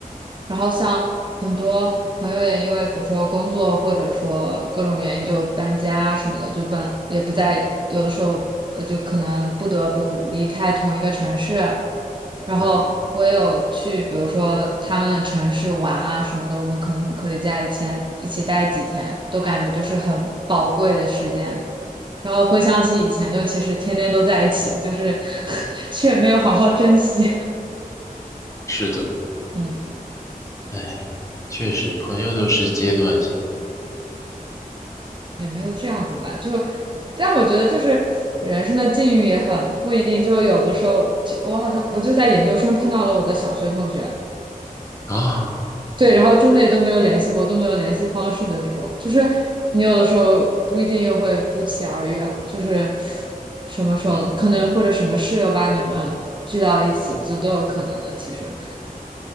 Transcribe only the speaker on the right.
然后像很多朋友也因为比如说工作或者说各种原因就搬家什么的，就搬也不在，有的时候呃就可能不得不离开同一个城市。然后我也有去，
比如说他们的城市玩啊什么的，我们可能可以在以前一起待几天，都感觉就是很宝贵的时间。然后回想起以前，就其实天天都在一起，就是 <laughs> 却没有好好珍惜。
嗯，
也没有这样子吧，就，但我觉得就是人生的境遇也很不一定，就有的时候，其我好像我就在研究生碰到了我的小学同学，
对，然后中间也都没有联系过，都没有联系方式的这种，就是你有的时候不一定又会不期而遇啊，就是什么时候可能或者什么事又把你们聚到一起，
就都有可能的。其实